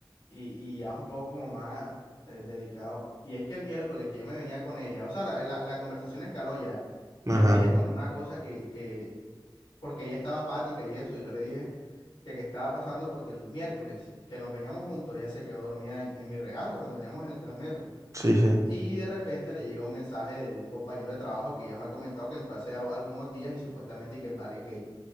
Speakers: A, on the left; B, on the right.
A: y, y ya es un poco como más eh, delicado. Y es que el miércoles que yo me venía con ella, o sea, la, la- la conversación escaló ya. Y
B: Ajá,
A: yo le dije como una cosa que, que, porque ella estaba apática y eso, y yo le dije que qué estaba pasando porque el miércoles que nos veníamos juntos, ella se quedó dormida en, en mi regazo cuando veníamos en el Transmetro.
B: sí, sí,
A: Y de repente le llega un mensaje de un compañero de trabajo que ya me ha comentado que entró hace a- algunos días y supuestamente y que el vale es gay.